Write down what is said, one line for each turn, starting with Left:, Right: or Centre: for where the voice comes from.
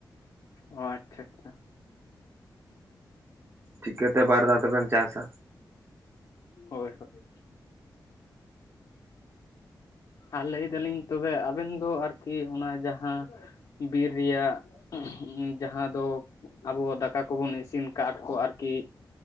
Left: ᱚ ᱟᱪᱪᱷᱟ ᱟᱪᱪᱷᱟ᱾
Right: ᱪᱤᱠᱟᱹᱛᱮ ᱵᱟᱨ ᱫᱷᱟᱣ ᱫᱚᱵᱮᱱ ᱪᱟᱥᱟ᱾
Left: ᱦᱳᱭ ᱦᱳᱭ᱾ ᱟᱨ ᱞᱮᱭ ᱫᱟᱞᱤᱧ ᱛᱚᱵᱮ ᱟᱵᱮᱱ ᱫᱚ ᱟᱨᱠᱤ ᱚᱱᱟ ᱡᱟᱦᱟ, ᱸ ᱵᱤᱨ ᱨᱮᱭᱟᱜ ᱡᱟᱦᱟᱸ ᱫᱚ, ᱟᱵᱚ ᱫᱟᱠᱟ ᱠᱚᱵᱚᱱ ᱤᱥᱤᱱ ᱠᱟᱴ ᱠᱚ ᱟᱨᱠᱤ,